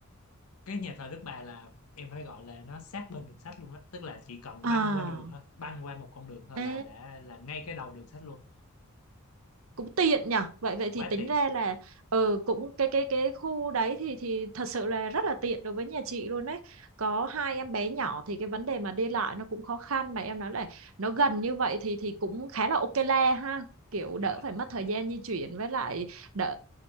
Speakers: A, on the left; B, on the right.
A: cái nhà thờ Đức Bà là em phải gọi là nó sát bên đường sắt luôn á tức là chỉ cần
B: À,
A: băng qua đường thôi băng qua một con đường thôi
B: à
A: là đã là ngay cái đầu đường sắt luôn
B: cũng tiện nhở vậy vậy thì
A: quá
B: tính
A: tiền
B: ra là ờ cũng cái cái cái khu đấy thì thì thật sự là rất là tiện đối với nhà chị luôn đấy có hai em bé nhỏ thì cái vấn đề mà đi lại nó cũng khó khăn mà em nói là nó gần như vậy thì thì cũng khá là ok le ha kiểu
A: dạ
B: đỡ phải mất thời gian di chuyển với lại đỡ